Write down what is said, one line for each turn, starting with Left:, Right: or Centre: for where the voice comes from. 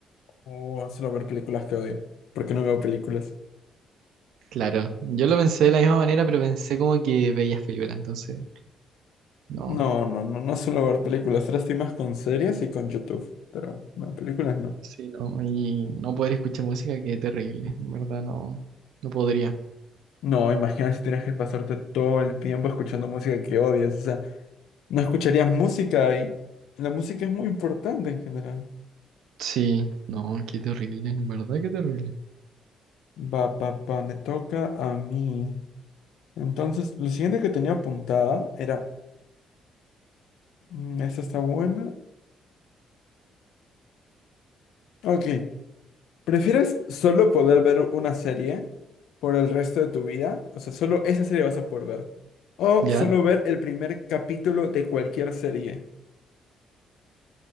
Left: O solo ver películas que odio, porque no veo películas.
Right: Claro, yo lo pensé de la misma manera, pero pensé como que veías películas, entonces, no,
Left: No, no, no, no suelo ver películas. Ahora estoy más con series y con YouTube. Pero no, películas no.
Right: Sí, no. no, y no poder escuchar música, qué terrible, en verdad, no, no podría.
Left: No, imagina si tienes que pasarte todo el tiempo escuchando música que odias. O sea, no escucharías música y la música es muy importante en general.
Right: Sí, no, qué terrible, en verdad, qué terrible.
Left: Va, va, va, me toca a mí. Entonces, lo siguiente que tenía apuntada era, mm, esta está buena. Ok, ¿prefieres solo poder ver una serie? por el resto de tu vida. O sea, solo esa serie vas a poder ver. O
Right: Ya,
Left: solo ver el primer capítulo de cualquier serie.